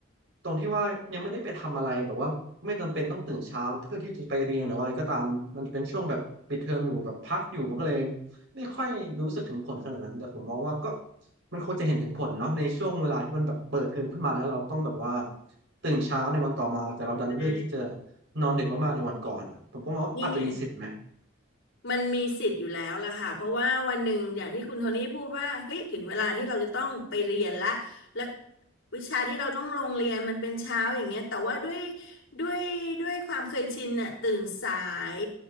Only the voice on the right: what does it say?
ตรงที่ว่ายังไม่ได้ไปทำอะไรแบบว่าไม่จำเป็นต้องตื่นเช้าเพื่อที่จะไปเรียนหรือว่าอะไรก็ตามมันจะเป็นช่วงแบบปิดเทอมอยู่แบบพักอยู่มันก็เลย ไม่ค่อยรู้สึกถึงผลขนาดนั้นแต่ผมมองว่าก็มันควรจะเห็นถึงผลเนาะในช่วงเวลาที่มันแบบเปิดเทอมขึ้นมาแล้วเราต้องแบบว่าตื่นเช้าในวันต่อมาแต่เราดันเลือกที่จะ
นอนดึกมากๆในวันก่อนอะผมก็มองว่าอาจจะมีสิทธิ์ไหม